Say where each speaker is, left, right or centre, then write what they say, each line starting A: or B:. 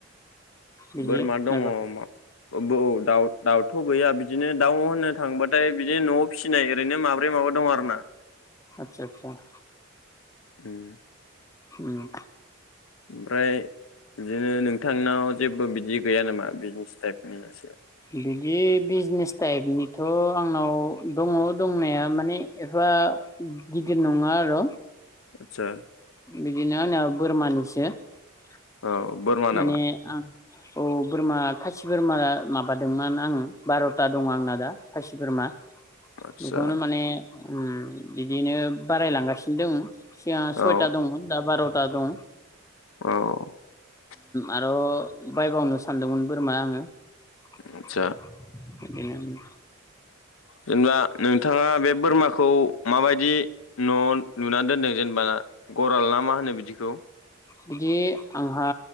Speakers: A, on the left (about 15°); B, on the left (about 75°).
A: बिदि
B: बोरमा दङ'
A: मायबा
B: मा ब औ दाउ दाउथ' गैया बिदिनो दाउ होननो थांबाथाय बिदिनो न'आव फिसिनाय ओरैनो माब्रै माबा दं आरो ना ।
A: आतसा आतसा ।
B: उम्म।
A: उम्म।
B: ओमफ्राय बिदिनो नों थांनाव जेबो बिदि गैया नामा बिजनेस टाइपनि एसे
A: बिदि बिजनेस टाइपनिथ' आंनाव दङ' दंनाया माने एफा गिदिर नङा आर' ।
B: आदसा
A: बिदि नो आंना बोरमानिस <unintelligible>
B: औ बोरमा
A: माने
B: नामा
A: आ अ' । बोरमा खासि बोरमा माबा दोंमोन आंङो बार'था दङ' आंना दा । खासि बोरमा
B: आदसा
A: बेखौनो माने उम्म बिदिनो बारायलांगासिनो दों। सिगां सयथा
B: औ
A: दंमोन दा बार'थ था दं।
B: औ ।
A: आरो बायबावनो सा सानदोंमोन बोरमा आंङो ।
B: आदसा
A: बेनो
B: जेनेबा नोंथाङा बे बोरमाखौ माबायदि न' नुनानै दोनदों जेनेबा गराल ना मा होनो बिदिखौ?
A: बिदि आंहा